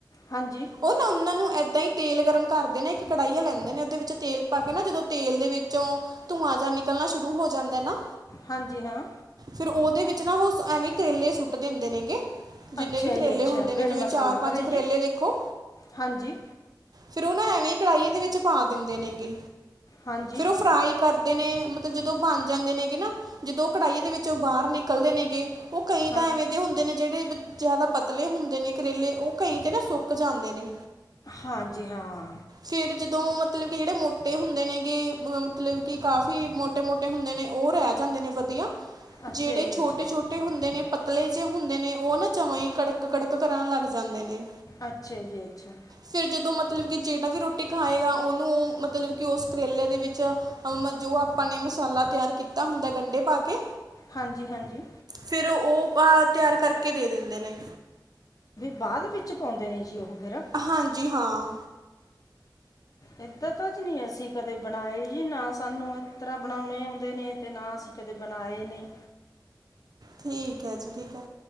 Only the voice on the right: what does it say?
ਉਹ ਨਾ ਉਹਨਾਂ ਨੂੰ ਏਦਾਂ ਹੀ ਤੇਲ ਗਰਮ ਕਰ। <unintelligible> ਕੜਾਹੀਆ ਲੈਂਦੇ ਨੇ ਉਹਦੇ ਵਿੱਚ ਤੇਲ ਪਾ ਕੇ ਨਾ ਜਦੋਂ ਤੇਲ ਦੇ ਵਿੱਚੋਂ ਧੂੰਆਂ ਜਾਂ ਨਿਕਲਣਾ ਸ਼ੁਰੂ ਹੋ ਜਾਂਦਾ ਨਾ।
ਫਿਰ ਉਹਦੇ ਵਿੱਚ ਨਾ ਉਹ ਐਵੇਂ ਕਰੇਲੇ ਸੁੱਟ ਦਿੰਦੇ ਨੇ ਗੇ। ਜਿੰਨੇ
ਵੀ ਕਰੇਲੇ
ਹੁੰਦੇ
ਨੇ ਜਿਵੇਂ
ਚਾਰ
ਪੰਜ ਕਰੇਲੇ
ਦੇਖੋ।
ਫਿਰ ਉਹ ਨਾ ਐਵੇਂ ਕੜਾਹੀ ਦੇ ਵਿੱਚ ਪਾ ਦਿੰਦੇ ਨੇਗੇ
ਫਿਰ ਉਹ ਫਰਾਈ ਕਰਦੇ ਨੇ। ਜਦੋਂ ਬਣ ਜਾਂਦੇ ਨੇਗੇ ਨਾ ਜਦੋਂ ਉਹ ਕੜਾਹੀ ਦੇ ਵਿੱਚੋਂ ਬਾਹਰ ਨਿਕਲਦੇ ਨੇਗੇ। ਉਹ ਕਈ ਤਾਂ
ਐਵੇਂ ਦੇ ਹੁੰਦੇ ਨੇ ਜਿਹੜੇ। ਜ਼ਿਆਦਾ ਪਤਲੇ ਹੁੰਦੇ ਨੇ ਕਰੇਲੇ ਉਹ ਕਈ ਤੇ ਨਾ ਸੁੱਕ ਜਾਂਦੇ ਨੇ।
ਫੇਰ ਜਦੋਂ ਮਤਲਬ ਕਿ ਜੇੜੇ <unintelligible> ਹੁੰਦੇ ਨੇ ਗਏ ਮਤਲਬ ਕਿ ਕਾਫੀ ਮੋਟੇ ਮੋਟੇ ਹੁੰਦੇ ਨੇ ਉਹ ਰਹਿ ਜਾਂਦੇ ਨੇ ਵਧੀਆ। ਜਿਹੜੇ
ਛੋਟੇ
ਛੋਟੇ ਹੁੰਦੇ ਨੇ ਪਤਲੇ ਜੇ ਹੁੰਦੇ ਨੇ ਉਹ ਨਾ ਜਵਾਂ ਹੀ ਕੜਕ ਕੜਕ ਕਰਨ ਲੱਗ ਜਾਂਦੇ ਨੇ।
ਫਿਰ ਜਦੋਂ ਮਤਲਬ ਕਿ ਜੇਹੜਾ ਵੀ ਰੋਟੀ ਖਾਏਗਾ ਉਹਨੂੰ ਮਤਲਬ ਕਿ ਉਸ ਕਰੇਲੇ ਦੇ ਵਿੱਚ ਅ ਜੋ ਆਪਾਂ ਨੇ। ਮਸਾਲਾ ਤਿਆਰ ਕੀਤਾ ਹੁੰਦਾ ਗੰਡੇ ਪਾ ਕੇ।
ਫਿਰ ਉਹ ਬਾਹਰ ਤਿਆਰ ਕਰਕੇ ਦੇ ਦਿੰਦੇ ਨੇ।
ਹਾਂਜੀ ਹਾਂ।
ਠੀਕ ਹੈ ਜੀ ਠੀਕ ਹੈ